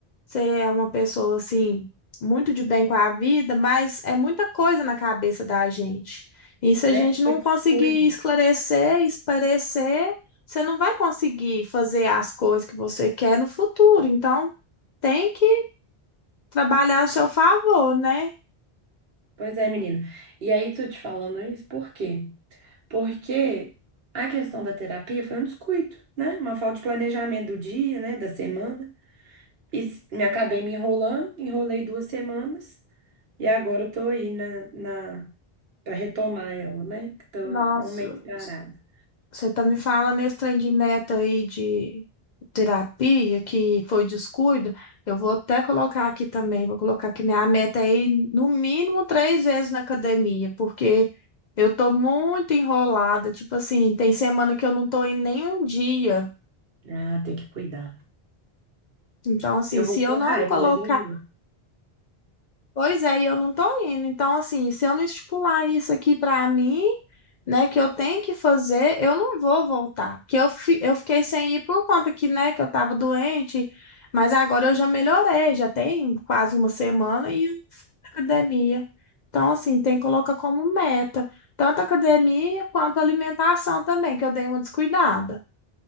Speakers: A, on the left; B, on the right.
A: você é uma pessoa assim muito de bem com a vida, mas é muita coisa na cabeça da gente. E se a
B: né?
A: gente não
B: Foi descuido.
A: conseguir esclarecer, esparecer você não vai conseguir fazer as coisas que você quer no futuro. Então, tem que trabalhar ao seu favor, né?
B: Pois é, menina. E aí, tô te falando isso por quê? Porque a questão da terapia foi um descuido, né? Uma falta de planejamento do dia, né? Da semana. E s- me acabei me enrolando, enrolei duas semanas e agora eu tô aí na, na para retomar ela, né? Que Tô
A: Nossa,
B: há um mês parada.
A: você tá me falando esse trem de meta aí de terapia, que foi descuido. Eu vou até colocar aqui também, vou colocar que minha meta é ir no mínimo três vezes na academia, porque eu tô muito enrolada. Tipo assim, tem semana que eu não tô em nenhum dia.
B: Ah, tem que cuidar.
A: Então, assim,
B: Eu
A: se
B: vou
A: eu
B: com
A: não
B: raiva,
A: colocar
B: mas eu vou,
A: Pois é, e eu não tô indo. Então, assim, se eu não estipular isso aqui pra mim, né, que eu tenho que fazer, eu não vou voltar. Que eu, fi- eu fiquei sem ir por conta que, né, que eu tava doente, mas agora eu já melhorei, já tem quase uma semana e eu na academia. Então, assim, tem que colocar como meta, tanto a academia quanto a alimentação também, que eu dei uma descuidada.